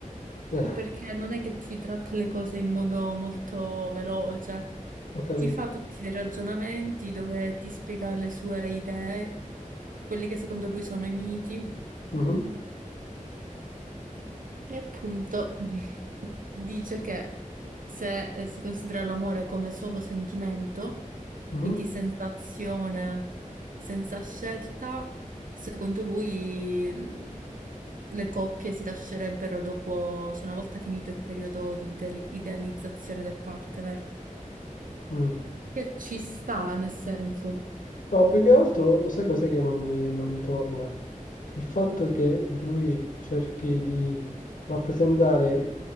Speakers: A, on the left; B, on the right.
A: Eh,
B: perché non è che ti tratta le cose in modo molto veloce,
A: ho capito.
B: ti fa tutti dei ragionamenti dove ti spiega le sue idee, quelli che secondo lui sono i miti.
A: Mhm,
B: E appunto <laughs> dice che se eh, si considera l'amore come solo sentimento,
A: mhm,
B: quindi sensazione senza scelta, secondo lui l- le coppie si lascerebbero dopo, cioè una volta finito il periodo di ide- idealizzazione del partner.
A: mm.
B: Che ci sta, nel senso.
A: No, più che altro, sai cos'è che non mi, non mi torna? Il fatto che lui cerchi di rappresentare,